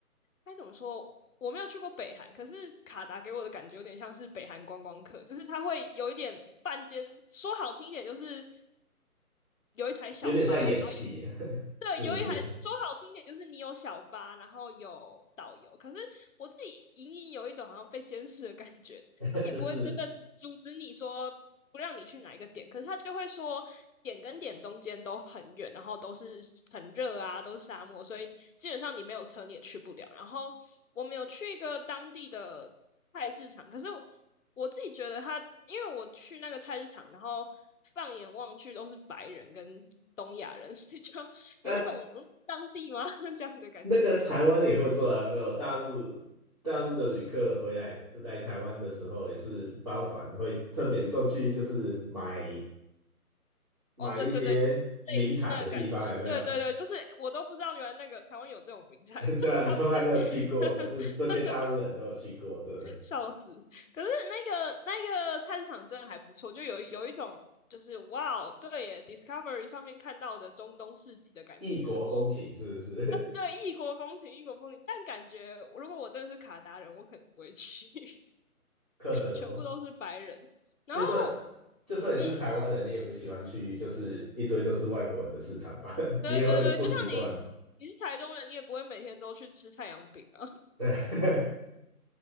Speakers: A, on the left; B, on the right.
A: 该怎么说，我没有去过北韩，可是卡达给我的感觉有点像是北韩观光客，就是他会有一点半间，说好听一点就是。有一台小巴，
B: 有点在演戏
A: 然后有
B: <laughs>
A: 对有一台说好听一点就是你有小巴，
B: 是不是？
A: 然后有导游。可是我自己隐隐有一种好像被监视的感觉，
B: <laughs>
A: 他也不会真的阻止你说不让你去哪一个点，
B: 就是
A: 可是他就会说点跟点中间都很远，然后都是很热啊，都是沙漠，所以基本上你没有车你也去不了。然后我们有去一个当地的菜市场，可是。我自己觉得他，因为我去那个菜市场，然后放眼望去都是白人跟东亚人，<laughs> 所以就
B: 啊，
A: 有一种嗯当地吗 <laughs> 这样的感觉。
B: 那个台湾也会做啊，没有大陆大陆的旅客回来来台湾的时候，也是包团会特别送去，就是买买一些名产的地方，
A: 哦，对对对，类似那个感觉，
B: 有没有？
A: 对对对，就是我都不知道原来那个台湾有这种名产，
B: <laughs>
A: <laughs>
B: 对啊，你从来没有去过，
A: 他们
B: 可是这些大陆人都有去过，
A: <laughs>
B: 这。
A: 笑死。可是那个那个菜市场真的还不错，就有有一种就是哇哦，对耶，Discovery 上面看到的中东市集的感觉，
B: 异国风情是不是？
A: 我 <laughs> 对对，异国风情，异国风情，但感觉如果我真的是卡达人，我可能不会去，<laughs>
B: <laughs> 可能哦，
A: 全部都是白人。然后，
B: 就算就算你是台湾人，
A: 嗯，
B: 你也不喜欢去，就是一堆都是外国人的市场吧，<laughs>
A: 对对对，
B: 你也会不习惯。
A: 就像你，你是台中人，你也不会每天都去吃太阳饼啊。<laughs>
B: 对，